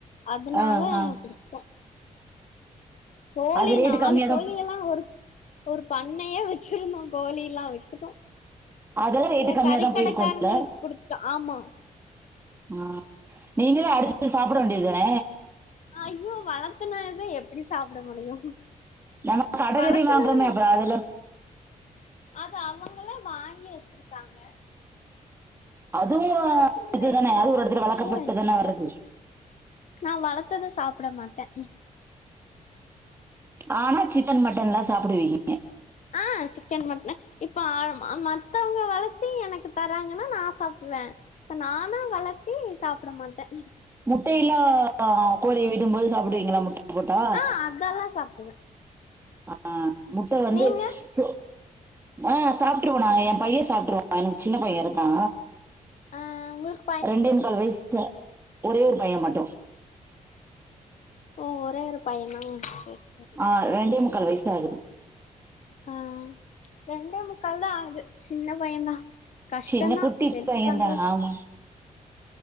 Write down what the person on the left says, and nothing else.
அதுனால
குடுத்துட்டோ கோழி
நாலு
கோழி
எல்லா ஒரு ஒரு பண்ணையே வெச்சிருந்தோ கோழில்லா வித்துட்டோ
இல்ல
கறிக்கடக்காரங்களுக்
குடுத்துட்டோ ஆமா
ஐயோ வளத்துன இத எப்டி சாப்ட முடியு
வளத்துனதே
அது அவங்களே வாங்கி வெச்சிருக்காங்க
வளர்த்துனத
எப்டி
சாப்டுறது
நா வளத்துன சாப்ட மாட்ட
ஆ சிக்கன், மட்டே இப்ப ஆ ம அ மத்தவங்க வளத்தி எனக்கு தராங்கன்னா நா சாப்டுவே இப்ப நானா வளத்தி சாப்ட மாட்ட
ஆ அதெல்லா சாப்டுவே
நீங்க
ஆ உங்கள்க்
ஓ ஒரே ஒரு பையனா சேரி
ஆ ரெண்டே முக்கால் தா ஆகுது சின்ன பையந்தா கஷ்டனா
பெருஸ்
பண்றத்